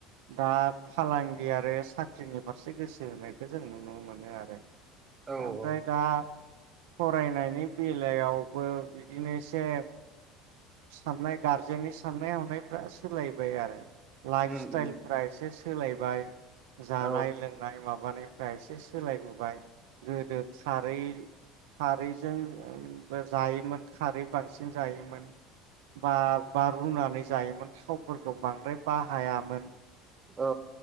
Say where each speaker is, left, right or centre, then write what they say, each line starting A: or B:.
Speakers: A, on the right (about 80°); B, on the right (about 25°).
A: दा फालांगि आरो साख्रिनि फारसे गोसो होनायखौ जों नुनो मोनो आरो
B: औ
A: ओमफ्राय
B: औ
A: दा फरायनायनि बेलायावबो बिदिनो एसे साननाय गारजेननि साननाय हनाय फ्रा सोलायबाय आरो लाइफ
B: उम
A: स्टाइल
B: उम
A: एसे सो सोलायबाय जानाय
B: औ
A: लोंनाय माबा <unintelligible> एसे सोलायबोबाय गोदो खारै खारैजोंबो जायोमोन खारै बांसिन जायोमोन बा बा रुनानै जायोमोन थावफोरखौ बांद्राय बाहायामोन।
B: औ।